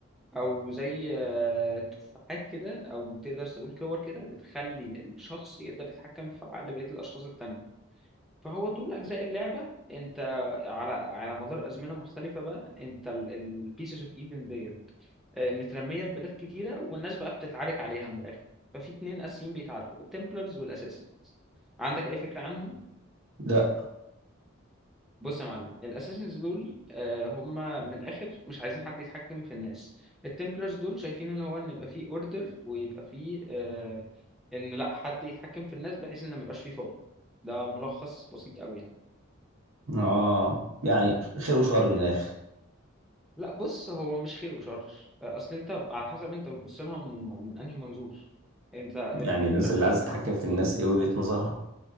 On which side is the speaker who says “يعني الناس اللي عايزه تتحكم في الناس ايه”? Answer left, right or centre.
Right